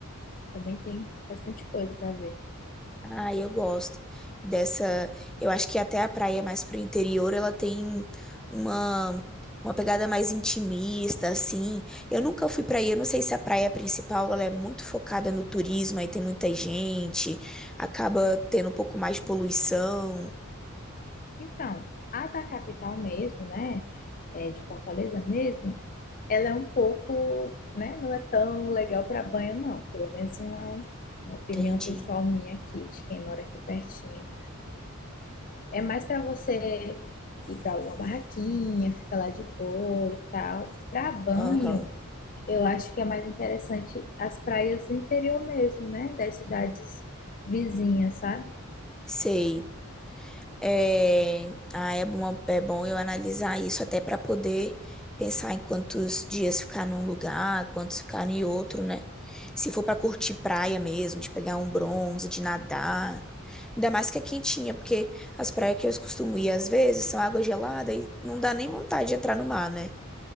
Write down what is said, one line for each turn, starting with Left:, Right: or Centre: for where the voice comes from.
Left: Também tem bastante coisa para ver.
Centre: Ah, eu gosto dessa. Eu acho que até a praia mais pro interior, ela tem uma uma pegada mais intimista, assim. Eu nunca fui pra aí, eu não sei se a praia principal ela é muito focada no turismo, aí tem muita gente, acaba tendo um pouco mais de poluição.
Left: Então, a da capital mesmo, né? É, de Fortaleza mesmo, ela é um pouco, né? Não é tão legal para banho, não. Pelo menos uma, uma opinião
Centre: Entendi.
Left: pessoal minha aqui, de quem mora aqui pertinho. É mais para você ir para alguma barraquinha, ficar lá de boa e tal. Para banho,
Centre: Aham,
Left: eu acho que é mais interessante as praias do interior mesmo, né? Das cidades vizinhas, sabe?
Centre: sei. É, ah, é bom, é bom eu analisar isso até para poder pensar em quantos dias ficar num lugar, quantos ficar em outro, né? Se for para curtir praia mesmo, de pegar um bronze, de nadar. Ainda mais que é quentinha, porque as praias que eu costumo ir às vezes são água gelada e não dá nem vontade de entrar no mar, né?